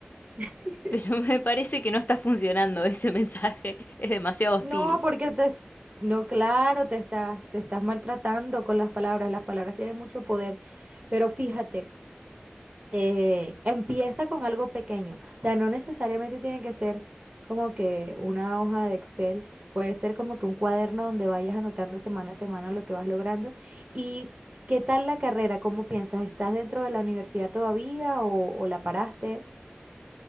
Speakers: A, on the right; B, on the left.
A: <laughs>
B: pero <laughs> me parece que no está funcionando ese mensaje, <laughs> es demasiado hostil.
A: No, porque te, no, claro, te estás, te estás maltratando con las palabras. Las palabras tienen mucho poder. Pero fíjate. eh, empieza con algo pequeño. O sea, no necesariamente tiene que ser como que una hoja de Excel, puede ser como que un cuaderno donde vayas anotando semana a semana lo que vas logrando. ¿Y qué tal la carrera? ¿Cómo piensas? ¿Estás dentro de la universidad todavía o, o la paraste?